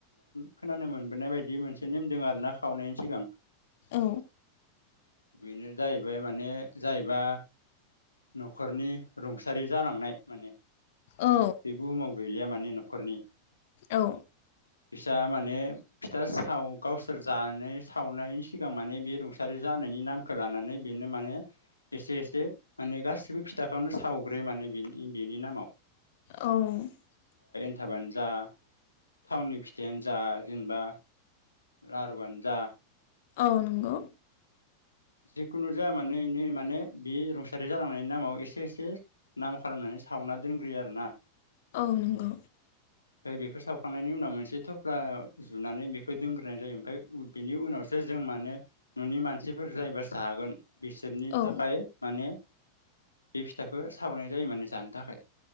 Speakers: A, on the left; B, on the left.
A: खोनानो मोनबोनाय बायदि मोनसे नेम दों आरो ना खावनायनि सिगां
B: औ
A: बेनो जाहैबाय माने जाहैबा न'खरनि रुंसारि जालांनाय माने
B: औ
A: बे बुहुमाव गैलिया माने न न'खरनि
B: औ
A: बिसा माने फिथा साव गावसोर जानाय सावनायनि सिगां माने बे रुंसारि जानायनि नामखौ लानानै बेनो माने एसे एसे माने गासिबो फिथाखौनो सावग्रोयो माने बेनि बेनि नामाव
B: औ
A: फिथाबानो जा थावनि फिथाइयानो जा जेनेबा लारुआनो जा
B: औ नंगौ
A: जिखुनु जाया मानो आंनि इनि माने बे रुंसारि थासारि जालांनायनि नामाव एसे एसे नाम खालामनानै सावना दोनग्रोयो आरो ना
B: औ नंगौ
A: ओमफ्राय बेखौ सावखांनायनि उनाव मोनसे थफ्ला जुनानै बेखौ दोनग्रोनाय जायो ओमफ्राय बेनि उनावसो जों माने न'नि मानसिफोर जायहा जागोन बिसोरनि
B: औ
A: थाखाय माने बे फिथाखौ सावनाय जायो माने जानो थाखाय